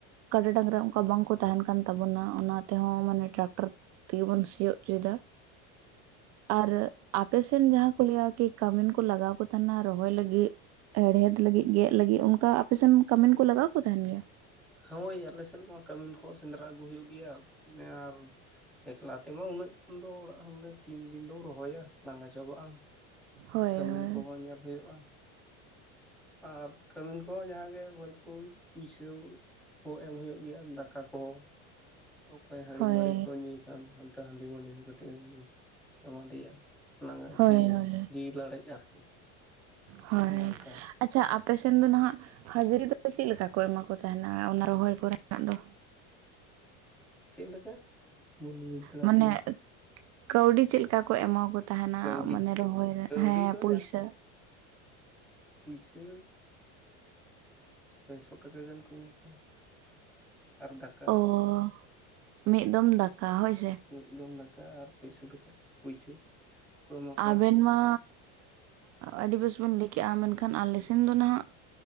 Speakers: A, on the right; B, in the centre.
A: ᱠᱟᱰᱟ ᱰᱟᱝᱨᱟ ᱚᱱᱠᱟ ᱵᱟᱝᱠᱚ ᱛᱟᱦᱮᱱ ᱠᱟᱱ ᱛᱟᱵᱚᱱᱟ ᱚᱱᱟ ᱛᱮᱦᱚᱸ ᱢᱟᱱᱮ ᱴᱨᱟᱠᱴᱚᱨ ᱛᱮ ᱵᱚᱱ ᱥᱤᱭᱳᱜ ᱚᱪᱚᱭᱫᱟ᱾ ᱟᱨ ᱟᱯᱮᱥᱮᱱ ᱡᱟᱦᱟᱸ ᱠᱚ ᱞᱟᱹᱭᱟ ᱠᱤ ᱠᱟᱢᱤᱱ ᱠᱚ ᱞᱟᱜᱟᱣ ᱠᱚ ᱛᱟᱦᱮᱱᱟ ᱨᱚᱦᱚᱭ ᱞᱟᱹᱜᱤᱜ᱾ ᱦᱮᱲᱦᱮᱫ ᱞᱟᱹᱜᱤᱫ ᱜᱮᱜ ᱞᱟᱹᱜᱤᱫ ᱚᱱᱠᱟ ᱟᱯᱮᱥᱮᱱ ᱠᱟᱹᱢᱤᱱ ᱠᱚ ᱞᱟᱜᱟᱣ ᱠᱚ ᱛᱟᱦᱮᱱ ᱜᱮᱭᱟ᱾
B: ᱦᱳᱭ ᱟᱞᱮ ᱥᱮᱱ ᱢᱟ ᱠᱟᱢᱤᱱ ᱠᱚᱦᱚᱸ ᱥᱮᱸᱫᱽᱨᱟ ᱟᱹᱜᱩ ᱦᱩᱭᱩᱜ ᱜᱮᱭᱟ ᱟᱨ ᱮᱠᱞᱟ ᱛᱮᱢᱟ ᱩᱱᱟᱹᱜ ᱜᱟᱱ ᱫᱚ ᱚᱲᱟᱜ ᱨᱮᱱ ᱛᱤᱱ ᱫᱤᱱ ᱫᱚᱢ ᱨᱚᱦᱚᱭᱟ ᱞᱟᱸᱜᱟ ᱪᱟᱵᱟᱜ ᱟᱢ᱾
A: ᱦᱳᱭ
B: ᱠᱟᱹᱢᱤᱱ
A: ᱦᱳᱭ
B: ᱠᱚᱦᱚᱸ ᱧᱮᱞ ᱦᱳᱭᱳᱜᱼᱟ ᱟᱨ ᱠᱟᱹᱢᱤᱱ ᱦᱚᱜ ᱚ ᱡᱟᱦᱟᱸ ᱜᱮ ᱦᱚᱭᱛᱳ ᱯᱩᱭᱥᱟᱹ ᱦᱚᱸ ᱮᱢ ᱦᱳᱭᱳᱜ ᱜᱮᱭᱟ ᱫᱟᱠᱟ ᱠᱚᱦᱚᱸ᱾ ᱚᱠᱚᱭ ᱦᱺᱟᱹᱲᱤᱢᱟᱹᱲᱤ
A: ᱦᱳᱭ
B: ᱠᱚ ᱧᱩᱭ ᱠᱷᱟᱱ ᱚᱱᱛᱮ ᱦᱟᱺᱰᱤᱢᱟᱹᱰᱤ ᱦᱚᱸ ᱠᱟᱹᱴᱤᱡ ᱮᱢ ᱮᱢᱟ ᱫᱮᱭᱟ᱾ ᱞᱟᱸᱜᱟᱜᱼᱟᱜ
A: ᱦᱳᱭ
B: ᱡᱤᱱ
A: ᱦᱳᱭ
B: ᱡᱤᱣᱤ ᱞᱟᱲᱮᱡ ᱟᱨᱠᱤ᱾
A: ᱦᱳᱭ
B: ᱱᱚᱝᱠᱟ
A: ᱟᱪᱪᱷᱟ ᱟᱯᱮ ᱥᱮᱱ ᱫᱚ ᱱᱟᱦᱟᱜ ᱦᱟᱹᱡᱨᱤ ᱫᱚ ᱪᱮᱫ ᱞᱮᱠᱟ ᱠᱚ ᱮᱢᱟ ᱠᱚ ᱛᱟᱦᱮᱱᱟ ᱚᱱᱟ ᱨᱚᱦᱚᱭ ᱠᱚᱨᱮᱱᱟᱜ ᱫᱚ?
B: ᱪᱮᱫ ᱞᱮᱠᱟ ᱵᱟᱹᱞᱤᱧ ᱵᱩᱡᱽ ᱫᱟᱲᱮᱭᱟᱜ
A: ᱢᱟᱱᱮ
B: ᱛᱟᱵᱤᱱᱟ᱾
A: ᱠᱟᱹᱣᱰᱤ ᱪᱮᱫ ᱞᱮᱠᱟ ᱠᱚ ᱮᱢᱟᱠᱚ ᱛᱟᱦᱮᱱᱟ
B: ᱠᱟᱹᱣᱰᱤ
A: ᱢᱟᱱᱮ ᱨᱚᱦᱚᱭ ᱨᱮ
B: ᱠᱟᱹᱣᱰᱤ
A: ᱦᱮᱸ
B: ᱫᱚ
A: ᱯᱩᱭᱥᱟᱹ?
B: ᱯᱩᱭᱥᱟᱹᱪ᱾ ᱯᱮᱥᱚ ᱴᱟᱠᱟ ᱜᱟᱱ ᱠᱚ ᱮᱢᱟ ᱠᱚᱣᱟ ᱟᱨ ᱫᱟᱠᱟ᱾
A: ᱚᱻ᱾ ᱢᱤᱫ ᱫᱚᱢ ᱫᱟᱠᱟ ᱦᱳᱭ ᱥᱮ
B: ᱢᱤᱜ ᱫᱚᱢ ᱫᱟᱠᱟ ᱟᱨ ᱯᱮᱥᱚ ᱴᱟᱠᱟ ᱯᱩᱭᱥᱟᱹ᱾ ᱠᱚ ᱮᱢᱟ ᱠᱚᱣᱟ
A: ᱟᱵᱮᱱ ᱢᱟ ᱟᱹᱰᱤ ᱵᱮᱥ ᱵᱮᱱ ᱞᱟᱹᱭ ᱠᱮᱜᱼᱟ ᱢᱮᱱᱠᱷᱟᱱ ᱟᱞᱮ ᱥᱮᱱ ᱫᱚ ᱱᱟᱦᱟᱜ